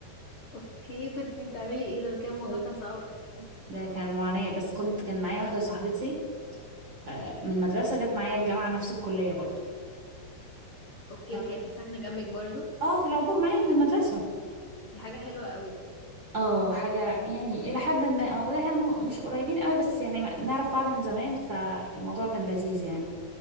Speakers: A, on the left; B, on the right.
A: اوكي كنت بتعملي ايه ده كان الموضوع
B: أيوة.
A: كان صعب قوي
B: ده كان معاناة بس كنت كان معايا واحدة صاحبتي آه، من المدرسة جت معايا الجامعة نفس الكلية برضو
A: اوكي
B: آه.
A: وكانت ساكنة جنبك برضو
B: اه في العبور معايا من المدرسة
A: دي حاجة حلوة قوي
B: اه حاجة يعني إلى حد ما اه بس احنا م- مش قريبين قوي بس يعني ما- نعرف بعض من زمان فالموضوع كان لذيذ يعني